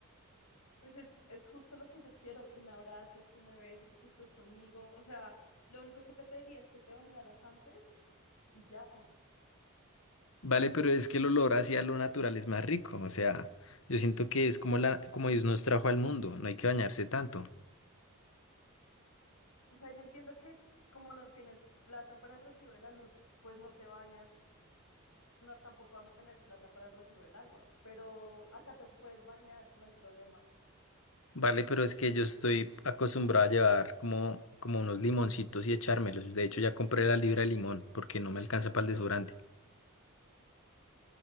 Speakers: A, on the left; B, on the left.
A: Pues es, es justo lo que yo quiero, que me abraces, que me beses, que estés conmigo. O sea, lo único que te pediría es que te bañaras antes y ya.
B: Vale, pero es que el olor hacia lo natural es más rico, o sea, yo siento que es como la, como Dios nos trajo al mundo, no hay que bañarse tanto.
A: O sea, yo entiendo que como no tienes plata para el recibo de la luz, pues no te bañas, no, tampoco vas a tener plata para el recibo del agua, pero acá te puedes bañar, no hay problema.
B: Vale, pero es que yo estoy acostumbrado a llevar como, como unos limoncitos y echármelos. De hecho, ya compré la libra de limón porque no me alcanza para el desodorante.